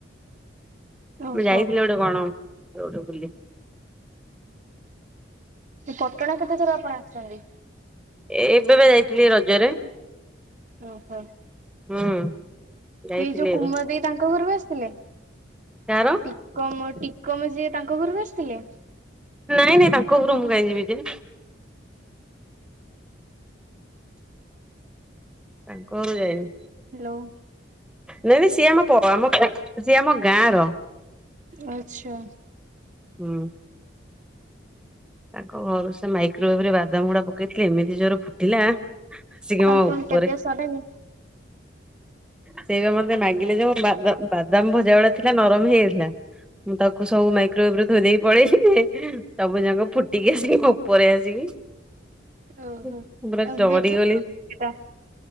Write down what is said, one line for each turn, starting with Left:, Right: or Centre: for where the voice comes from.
Right: ଓହୋ।
Centre: ମୁଁ ଯାଇଥିଲି ଗୋଟେ କଣ ଗଟେ ବୁଲି
Right: ସେଇ ପଟଣା କେତେ ଥର ଆପଣ ଆସିଛନ୍ତି।
Centre: ଏ ଏବେ ପା ଯାଇଥିଲି ରଜରେ।
Right: ଓହୋ
Centre: ହୁଁ ଯାଇଥିଲି
Right: କିଏ ଏ ଯୋଉ
Centre: ଏବେ
Right: କୁମ ଦେଇ ତାଙ୍କ ଘର କୁ ଆସିଥିଲେ।
Centre: କାହାର
Right: ଟିକମ ଟିକମ ଯିଏ ତାଙ୍କ ଘରକୁ ଆସିଥିଲେ।
Centre: ନାଇଁ ନାଇଁ ତାଙ୍କ ଘରକୁ ମୁଁ କାଇଁ ଯିବି ଯେ। ତାଙ୍କ ଘରରୁ ଯାଇନି।
Right: ହ୍ୟାଲୋ
Centre: ନାଇଁ ନାଇଁ ସିଏ ଆମ ପ ଆମ ସିଏ ଆମ ଗାଁର
Right: ଆଚ୍ଛା।
Centre: ହୁଁ। ତାଙ୍କ ଘରୁ ସେ ମାଇକ୍ରୋଅଭ ରେ ବାଦମ ଗୁଡା ପକେଇଥିଲେ ଏମିତି ଜୋରେ ଫୁଟିଲା ଆସିଛି
Right: ଆଉ
Centre: ମୋଉପରେ
Right: କଣ ଖିଆ ପିଆ
Centre: <inaudible>
Right: ସରିଲାଣି?
Centre: ସେଇଟା ମତେ ମାଗିଲେ ଯୋଉ ବା ବାଦାମ ଭଜା ଭଳିଆ ଥିଲା ନରମ ହେଇଯାଇଥିଲା। ମୁଁ ତାକୁ ସବୁ ମାଇକ୍ରୋବରେ ଧଥୋଇ ଦେଇେଇ ପଳେଲି ସବୁ ଯାକ ଫୁଟିକି ଆସିକି ମୋ ଉପରେ ଆସିକି।
Right: ଓହୋ
Centre: ମୁଁ ପୁରା
Right: ଆଉ
Centre: ଡରି
Right: ବେବି
Centre: ଗଲି
Right: କେତେଟା